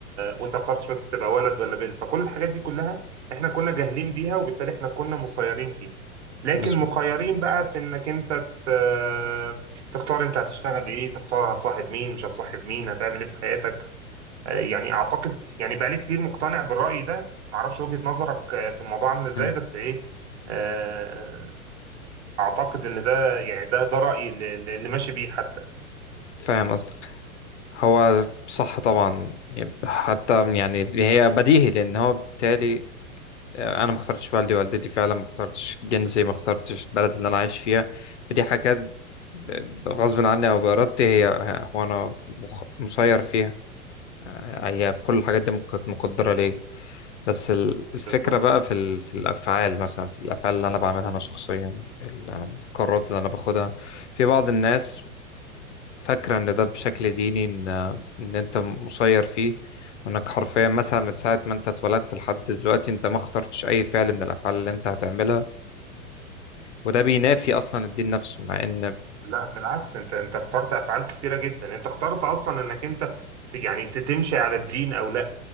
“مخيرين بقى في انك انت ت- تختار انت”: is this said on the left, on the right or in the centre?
Right